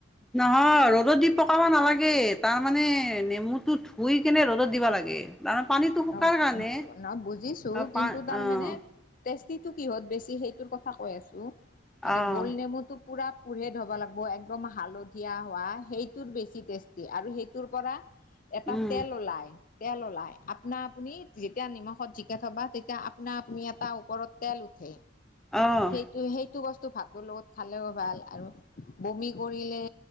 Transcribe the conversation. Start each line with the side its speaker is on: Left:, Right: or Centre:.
Centre: নহয় ৰ'দত দি পকাব নালাগে। তাৰ মানে নেমুটো ধুই কেনে ৰ'দত দিব লাগে। তাৰমানে পানীটো শুকাৰ
Left: অ
Centre: কাৰণে
Left: অ বুজিছো
Centre: অ', পা
Left: কিন্তু তাৰ
Centre: অ',
Left: মানে টেষ্টিটো কিহত বেছি সেইটোৰ কথা কৈ আছো, মানে
Centre: অ',
Left: গুল নেমুটো পূৰা পূৰঠ হব লাগব একদম হালধীয়া হোৱা, সেইটোত বেছি টেষ্টি আৰু সেইটোৰ পৰা এটা
Centre: উম,
Left: তেল ওলাই, তেল ওলাই। আপনা আপুনি যেতিয়া নিমখত জিকে থবা, তেতিয়া আপনা আপুনি এটা ওপৰত তেল উঠে।
Centre: অঁ
Left: তো সেইটো বস্তু ভাতৰ লগত খালেও ভাল, আৰু বমি কৰিলে